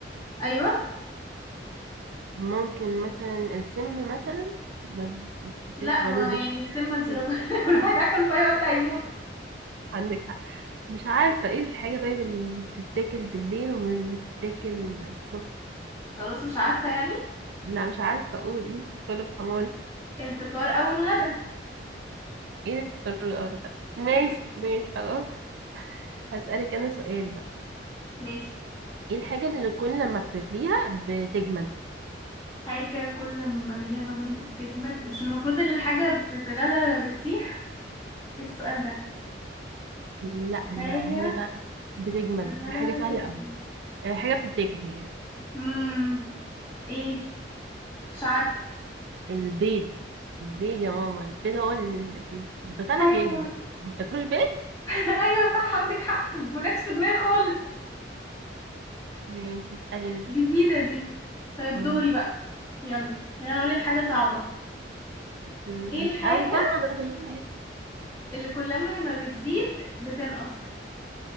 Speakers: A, on the left; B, on the right.
A: ايوه
B: ممكن مثلا السم مثلا ما بتتاكلش
A: لا
B: بعدين
A: هو يعني
B: بس
A: السم انت
B: <laughs>
A: لو كل <laughs> واحد اكله في اي وقت هيموت
B: عندك مش عارفة ايه الحاجة طيب اللي بتتاكل بالليل ومش بتتاكل الصبح
A: خلاص مش عارفة يعني
B: لا مش عارفة اقول ايه كله بحماري
A: الفطار أو الغدا
B: ايه الضرورة او الغدا ماشي
A: <laughs>
B: ماشي خلاص هسألك انا سؤال بقى
A: ماشي
B: ايه الحاجة اللي كل ما بتغليها بتجمد
A: حاجة كل ما بغليها بجم- بتجمد مش المفروض إن الحاجة بتتغلى بتسيح ايه السؤال ده
B: لا ما
A: حاجة
B: هي بقى بتجمد
A: بتتغلى
B: دي حاجة سهلة
A: تجمد
B: أوي آه، حاجة بتتاكل هي
A: مم. ايه مش عارفة
B: البيض البيض يا ماما البيض هو اللي بي- بيتغلى
A: ايوه
B: بيجمد ما بتاكلوش بيض
A: <laughs> ايوه صح عندك حق ما جاتش في دماغي خالص
B: ماشي اسألي انتي
A: جديدة دي طيب
B: مم.
A: دوري بقى يلا انا اقولك حاجة صعبة
B: مم،
A: ايه
B: مش
A: الحاجة
B: قوي بقى ما بتغلي عليك.
A: اللي كل ما بتزيد بتنقص